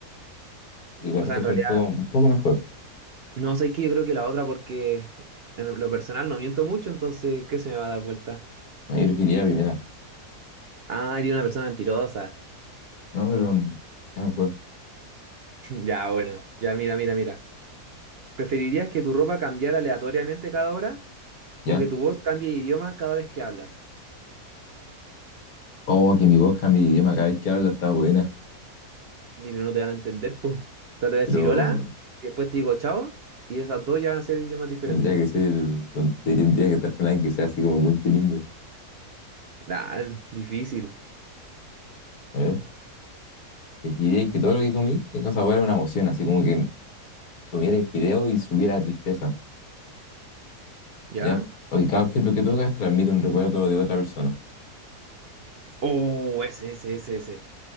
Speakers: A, on the left; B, on the right.
A: Igual
B: O
A: la
B: sea,
A: encuentro
B: en realidad,
A: un poco, un poco mejor.
B: no sé qué, yo creo que la otra porque en lo personal no miento mucho, entonces, ¿qué se me va a dar vuelta?
A: No, yo preferiría la primera.
B: Ah, eres una persona mentirosa. <laughs>
A: No, pero mm, está mejor.
B: Ya, bueno, ya mira, mira, mira. ¿Preferirías que tu ropa cambiara aleatoriamente cada hora
A: ¿Ya?
B: o que tu voz cambie de idioma cada vez que hablas?
A: Oh, que mi voz cambie de idioma cada vez que habla, está buena.
B: Mira, no te van a entender, po. O sea, te voy a
A: Pero
B: decir hola, y después te digo chao, y esas dos ya van a ser idiomas diferentes.
A: tendría que ser, con- tendría que estar con alguien que sea así como multilingüe.
B: Nah, difícil,
A: A ver, preferiría que todo lo que comí tenga sabor a una emoción, así como que comiera fideo y subiera tristeza.
B: ¿ya?
A: ¿ya? O que cada objeto que tocas transmite un recuerdo de otra persona.
B: Oh, ese, ese, ese, ese.